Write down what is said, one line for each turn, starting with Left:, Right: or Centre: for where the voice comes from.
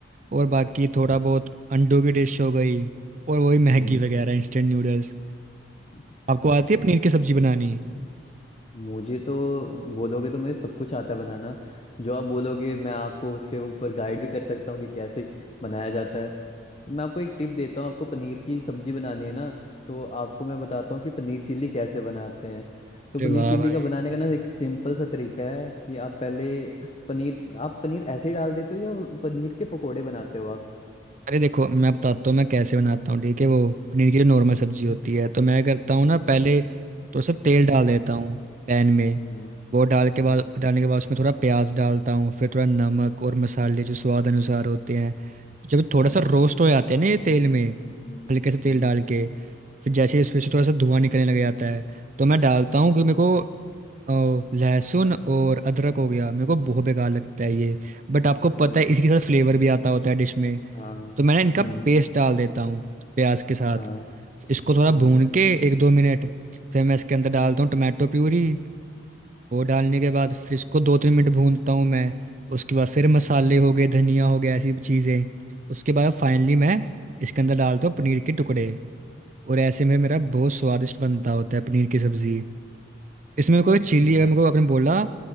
Right: और बाकी
Left: जी।
Right: थोड़ा बहुत अंडों की डिश हो गई और वही मैगी
Left: हम्म।
Right: वगैरह इंस्टेंट नूडल्स
Left: <laughs>
Right: आपको आती है पनीर की सब्जी
Left: मु-
Right: बनानी
Left: मुझे तो बोलोगे तो मुझे सब कुछ आता है बनाना जो आप बोलोगे मैं आपको उसके ऊपर गाइड भी कर सकता हूँ कि कैसे बनाया जाता है तो मैं आपको एक टिप देता हूँ आपको पनीर की सब्जी बनानी है ना तो आपको मैं बताता हूँ कि पनीर चिल्ली कैसे बनाते हैं तो
Right: अरे
Left: पनीर
Right: वाह
Left: चिल्ली
Right: भाई
Left: का बनाने का ना एक सिंपल सा तरीका है कि आप पहले पनीर आप पनीर ऐसे ही डाल देते हो या वो पनीर के पकोड़े बनाते हो आप
Right: अरे देखो मैं बताता हूँ मैं कैसे बनाता हूँ ठीक है वो पनीर की जो
Left: हम्म,
Right: नॉर्मल सब्जी होती है तो मैं करता
Left: हम्म,
Right: हूँ ना पहले थोड़ा सा तेल
Left: हम्म,
Right: डाल देता हूँ पैन में
Left: हम्म
Right: वो डाल के बाद
Left: हम्म
Right: डालने के बाद उसमें थोड़ा प्याज डालता हूँ फिर थोड़ा नमक और मसाले जो स्वाद अनुसार होते हैं जब
Left: हम्म,
Right: थोड़ा सा रोस्ट हो जाते हैं ना ये तेल में
Left: हम्म
Right: हल्के से तेल
Left: हम्म,
Right: डाल के फिर जैसे ही इसमें
Left: हम्म
Right: से थोड़ा सा धुआं निकलने लग जाता है तो मैं डालता हूँ कि
Left: हम्म,
Right: मेरे को अ, लहसुन और अदरक हो गया मेरे
Left: हम्म,
Right: को बहुत बेकार लगता
Left: हम्म,
Right: है ये बट आपको
Left: हम्म।
Right: पता
Left: हम्म,
Right: है इसके साथ फ्लेवर भी आता होता है डिश में
Left: हाँ
Right: तो मैंने इनका
Left: हम्म
Right: पेस्ट डाल देता हूँ प्याज के साथ
Left: हाँ
Right: इसको थोड़ा
Left: हम्म
Right: भून के एक दो मिनट फिर मैं इसके अंदर डालता हूँ टमाटो प्यूरी वो डालने के बाद फिर इसको दो तीन मिनट भूनता हूँ मैं उसके बाद फिर मसाले हो गए धनिया हो गया ऐसी चीज़ें उसके बाद फाइनली मैं इसके अंदर डालता हूँ पनीर के टुकड़े और ऐसे में मेरा बहुत स्वादिष्ट बनता होता है पनीर की सब्ज़ी इसमें कोई चिली
Left: हाँ
Right: अगर मेरे को आपने बोला